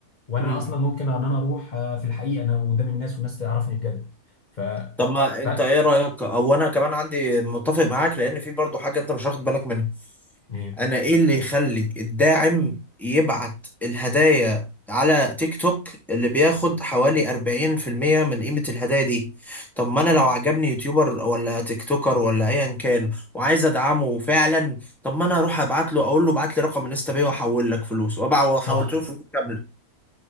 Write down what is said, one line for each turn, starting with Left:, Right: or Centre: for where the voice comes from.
Left: وانا
Centre: مم.
Left: اصلا ممكن ان انا اروح آه، في الحقيقه انا قدام الناس والناس تعرفني بجد ف
Centre: طب ما
Left: ف
Centre: انت ايه رأيك او انا كمان عندي متفق معاك لان في برضو حاجة انت مش واخد بالك منها
Left: ايه
Centre: انا ايه اللي يخلي الداعم يبعت الهدايا على تيك توك اللي بياخد حوالي 40% من قيمة الهدايا دي طب ما انا لو عجبني يوتيوبر ولا تيك توكر ولا ايا كان وعايز ادعمه فعلا طب ما انا اروح ابعت له اقول له ابعت لي رقم انستا باي واحول لك فلوس وابع وحولت
Left: صح
Centre: له فلوس كاملة